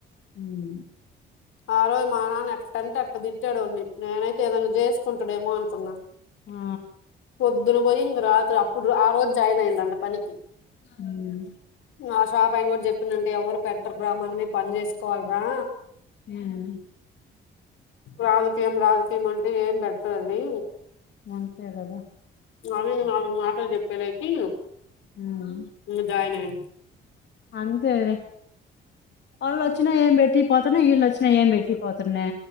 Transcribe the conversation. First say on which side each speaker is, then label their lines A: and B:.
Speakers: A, on the left; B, on the left.
A: ఉమ్
B: ఆరోజు మా నాన్న ఎట్టంటె అట్టదిట్ తిట్టాడు ఆన్ని నేనైతే ఏదైనా చేసుకుంటాడేమో అనుకున్నా
A: ఆ
B: పొద్దున పోయి ఇంగ రాత్రి అప్పుడు ఆ రోజు జాయిన్ అయిందట పనికి
A: ఉమ్,
B: ఆ షాప్ అయిన కూడ చెప్పిందంట ఎవరు పెట్టర్రా మనమే పని చేసుకోవాల్రా
A: ఏమని?
B: రాజకీయం రాజకీయం అంటె ఏం పెట్టదది
A: అంతే కద
B: అవి మా మాటలు చెప్పేలకి
A: ఉమ్,
B: నేన్ జాయిన్ అయిన
A: అంతే లె ఆళ్ళు అచ్చినా ఏం పెట్టి పాత్ ఇన్ని ఎల్లోచినై ఏం పెట్టి పోతున్నా